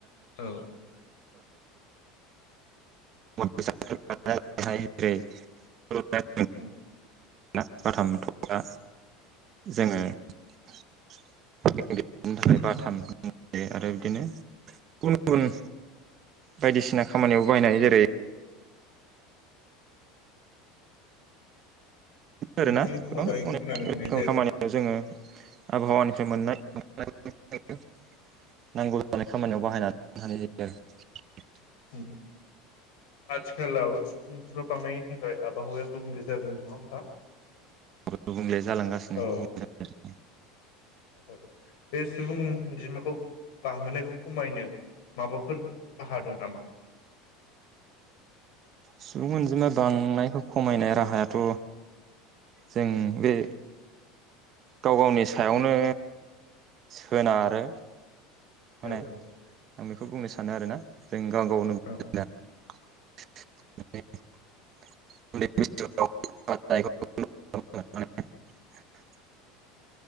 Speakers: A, on the left; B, on the right.
A: औ
B: <unintelligible>
A: उम
B: ना बाथाम थथा जोङो <unintelligible> थाखाय बाथाम आरो बिदिनो गुबुन गुबुन बायदिसिना खामानियावबो बाहायनो हायो जेरै आरोना
A: नोंथांनिखौ
B: गोबां
A: मोजाङै खोनानो मोननाय
B: अनेक
A: जायाखै।
B: खामानियाव जोङो आबहावानिफ्राय मोननाय <unintelligible> नांगौ जानाय खामानियाव बाहायनानै <unintelligible>
A: उ आथिखालाव सुबुं अनजिमा बांनायनि थाखाय आबहावाया गुबुंले जादों नङा होमबा?
B: गुबुंले जालांगासिनो
A: औ
B: गुबुं <inaudible>
A: औ बे सुबुं अनजिमाखौ बांहोनायखौ खमायनो माबाफोर राहा दं नामा?
B: सुबुं अनजिमा बांनायखौ खमायनाय राहायाथ जों बे गाव गावनि सायावनो सोनारो। माने
A: औ औ
B: आं बेखौ बुंनो सानो आरोना जों गाव गावनो
A: औ
B: <unintelligible> <unintelligible>